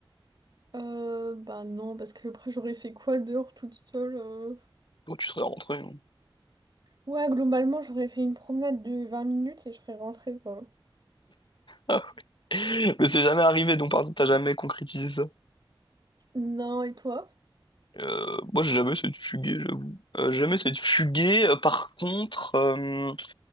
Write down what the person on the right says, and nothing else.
Euh, bah non, parce que après j'aurais fait quoi dehors toute seule euh
Ouais, globalement, j'aurais fait une promenade de 20 minutes et je serais rentrée, quoi.
Non, et toi?